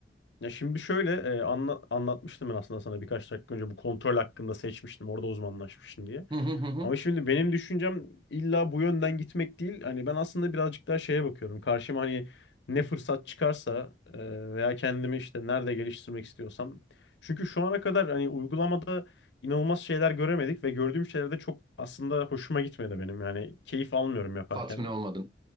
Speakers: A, on the left; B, on the right.
A: Ya şimdi şöyle e, anla- anlatmıştım ben aslında sana birkaç dakika önce bu kontrol hakkında seçmiştim. Orada uzmanlaşmıştım diye.
B: Hı hı hı. hı.
A: Ama şimdi benim düşüncem illa bu yönden gitmek değil. Hani ben aslında birazcık daha şeye bakıyorum. Karşıma hani ne fırsat çıkarsa e, veya kendimi işte nerede geliştirmek istiyorsam. Çünkü şu ana kadar hani uygulamada inanılmaz şeyler göremedik ve gördüğüm şeyler de çok aslında hoşuma gitmedi benim. Yani keyif almıyorum yaparken
B: Tatmin olmadın.